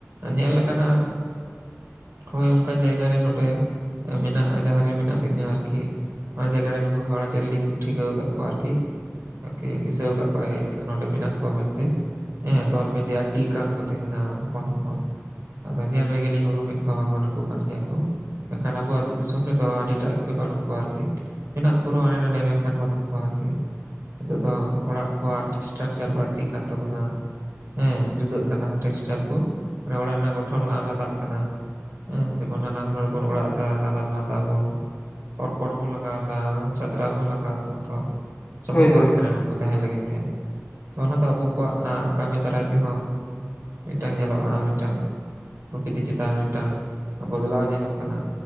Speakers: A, on the right (about 65°); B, on the left (about 25°).
A: ᱧᱮᱞ ᱞᱮᱠᱟᱱᱟᱜ ᱦᱳᱭ ᱚᱱᱠᱟᱱ ᱡᱟᱭᱜᱟ ᱨᱮ ᱱᱚᱰᱮ ᱢᱮᱱᱟᱜᱼᱼ ᱡᱟᱦᱟᱸ ᱨᱮ ᱢᱮᱱᱟᱜ ᱞᱤᱧᱟᱹ ᱟᱨᱠᱤ ᱚᱱᱟ ᱡᱟᱭᱜᱟ ᱨᱮ ᱱᱩᱠᱩ ᱜᱷᱟᱨᱚᱡᱽ ᱨᱮ ᱞᱤᱧ ᱴᱷᱤᱠᱟᱹᱣ ᱟᱠᱟᱫ ᱠᱚᱣᱟ ᱟᱨᱠᱤ᱾ ᱟᱨᱠᱤ ᱫᱤᱥᱟᱹ ᱟᱠᱟᱫ ᱠᱚᱣᱟᱭ ᱦᱮᱡ ᱱᱚᱸᱰᱮ ᱢᱮᱱᱟᱜ ᱠᱚᱣᱟ ᱢᱮᱱᱛᱮᱼᱼ ᱦᱮᱸ <unintelligible> ᱫᱚᱞᱵᱸᱫᱮ ᱟᱨ ᱰᱤ ᱜᱟᱱ ᱠᱚ ᱛᱟᱦᱮᱱᱟ ᱦᱚᱯᱚᱱ ᱦᱚᱯᱚᱱ ᱟᱫᱚ ᱧᱮᱞ ᱨᱮᱜᱮᱞᱤᱧ ᱩᱨᱩᱢᱮᱫ ᱠᱚᱣᱟ ᱵᱟᱝᱢᱟ ᱱᱩᱠᱩ ᱠᱟᱱ ᱜᱮᱭᱟ ᱠᱚ ᱢᱮᱱᱠᱷᱟᱱ ᱟᱵᱚᱼᱼ ᱟᱛᱩ ᱫᱤᱥᱚᱢ ᱨᱮᱫᱚ ᱟᱹᱰᱤᱴᱟᱜ ᱵᱟᱹᱱᱩᱜ ᱠᱚᱣᱟ ᱟᱨᱠᱤ ᱢᱮᱱᱟᱜ ᱠᱚᱩᱨᱣᱟ ᱦᱟᱸᱰᱮ ᱱᱟᱰᱮ ᱢᱮᱱᱠᱷᱟᱱ ᱵᱟᱹᱱᱩᱜ ᱠᱚᱣᱟ ᱟᱨᱠᱤᱼᱼ ᱱᱤᱛᱚᱜ ᱫᱚ ᱚᱲᱟᱜ ᱠᱚᱣᱟᱜ ᱮᱥᱴᱨᱟᱠᱪᱟᱨ ᱵᱟᱹᱲᱛᱤᱜ ᱠᱟᱱ ᱛᱟᱵᱚᱱᱟ᱾ ᱦᱮᱸ ᱡᱩᱫᱟᱹᱜ ᱠᱟᱱᱟ ᱴᱮᱠᱥᱪᱟᱨ ᱠᱚ ᱢᱟᱱᱮ ᱚᱲᱟᱜ ᱨᱮᱱᱟᱜ ᱜᱚᱴᱷᱚᱱ ᱠᱚ ᱟᱞᱟᱫᱟᱜ ᱠᱟᱱᱟ᱾ ᱦᱮᱸ ᱡᱮᱢᱚᱱ ᱱᱟᱱᱟᱦᱩᱱᱟᱹᱨ ᱵᱚᱱ ᱚᱲᱟᱜ ᱮᱫᱟ᱾ ᱫᱟᱞᱟᱱᱟ ᱫᱟ ᱵᱚᱱ ᱠᱚᱨᱠᱚᱴ ᱵᱚᱱ ᱞᱟᱜᱟᱣᱫᱟ ᱪᱟᱫᱽᱨᱟ ᱵᱚᱱ ᱞᱟᱜᱟᱣᱫᱟ ᱛᱚ ᱥᱚᱢᱵᱷᱚᱵᱽ
B: ᱦᱳᱭ ᱦᱳᱭ ᱦᱳᱭ
A: ᱵᱟᱝ ᱠᱟᱱᱟ ᱱᱩᱠᱩ ᱛᱟᱦᱮᱱ ᱞᱟᱹᱜᱤᱫ ᱛᱮ ᱛᱚ ᱚᱱᱟ ᱫᱚ ᱟᱵᱚ ᱠᱚᱣᱟᱜ ᱠᱟᱹᱢᱤ ᱫᱟᱨᱟᱭ ᱛᱮᱦᱚᱸ ᱢᱤᱫᱴᱟᱝ ᱧᱮᱞᱚᱜᱼᱟ ᱢᱤᱫᱴᱟᱝ ᱯᱨᱚᱠᱤᱛᱤ ᱪᱮᱛᱟᱱ ᱢᱤᱫᱴᱟᱝ ᱵᱚᱫᱽᱞᱟᱣ ᱧᱮᱞᱚᱜ ᱠᱟᱱᱟ᱾